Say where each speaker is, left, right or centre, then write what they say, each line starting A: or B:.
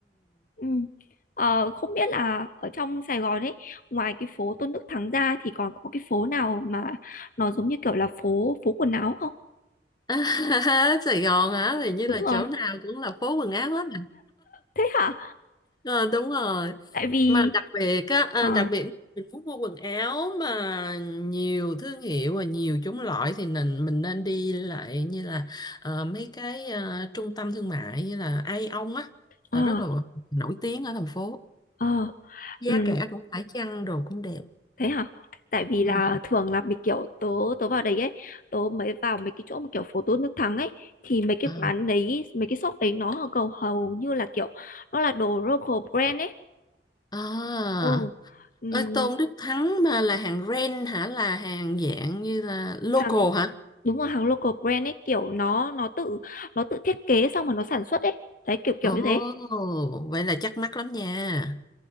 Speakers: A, on the left; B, on the left.
A: ừ. Ờ, không biết là ở trong Sài Gòn ấy ngoài cái phố Tôn Đức Thắng ra thì còn có cái phố nào mà nó giống như kiểu là phố phố quần áo không
B: <laughs> Sài Gòn hả? Thì như
A: đúng
B: là
A: rồi
B: chỗ nào cũng là phố quần áo hết
A: thế hả
B: Ờ, đúng rồi
A: tại vì
B: mà đặc biệt á à,
A: ờ
B: đặc biệt mình muốn mua quần áo mà nhiều thương hiệu và nhiều chủng loại thì mình mình nên đi lại như là ờ, mấy cái ờ, trung tâm thương mại như là Aeon á
A: ờ
B: là rất là nổi tiếng ở thành phố
A: ờ
B: giá
A: ừ.
B: cả cũng phải chăng đồ cũng đẹp
A: thế hả tại vì
B: ừ.
A: là thường là mấy kiểu tớ tớ vào đấy ấy tớ mới vào mấy cái chỗ mà kiểu phố tô nước thắng ấy thì mấy cái
B: à.
A: quán đấy mấy cái shop đấy nó hầu hầu như là kiểu nó là đồ local brand ấy
B: À.
A: ừ ừm,
B: Ơi, Tôn Đức Thắng mà là hàng ren hả là hàng dạng như là local
A: hàng
B: hả
A: đúng rồi hàng local brand ấy kiểu nó nó tự nó tự thiết kế xong rồi nó sản xuất ấy đấy kiểu kiểu
B: ồ
A: như thế
B: vậy là chắc mắc lắm nha